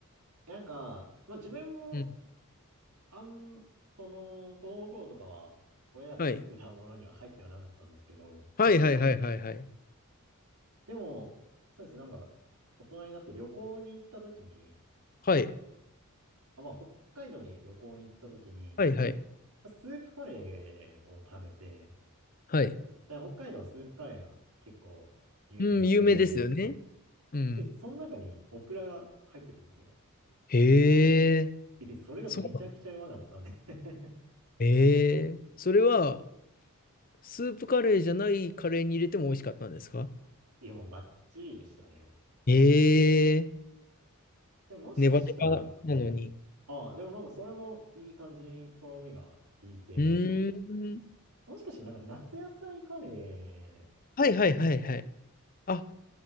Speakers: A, on the right; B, on the left.
A: なんか、まあ自分も、
B: うん。
A: あん、その、子供の頃とかは、親が作ってたものには入ってはなかったんですけど、
B: はい。はいはいはいはいはい。
A: でも、そうですね、なんか、大人になって旅行に行った時に、
B: はい。
A: あ、まあ、北海道に旅行に行った時に、
B: はいはい。
A: まあスープカレーを食べて、
B: はい。
A: だから北海道スープカレーが結構有名っちゃ有名なんで、
B: うん、有名ですよね。うん。
A: で、その中にオクラが入ってたんですよ。
B: へえ、
A: で、それがめちゃくちゃうまかったんで
B: そうなん
A: <laughs>
B: へえ。それは、スープカレーじゃないカレーに入れても美味しかったんですか
A: いや、もうバッチリでしたね。
B: へえ、
A: でも、もしかしたら、
B: ネバネバなのに。
A: ああ、でもなんかそれもいい感じにとろみが効いて、
B: うーん。
A: もしかしたらなんか夏野菜カレ
B: はいはいはいはい。あ、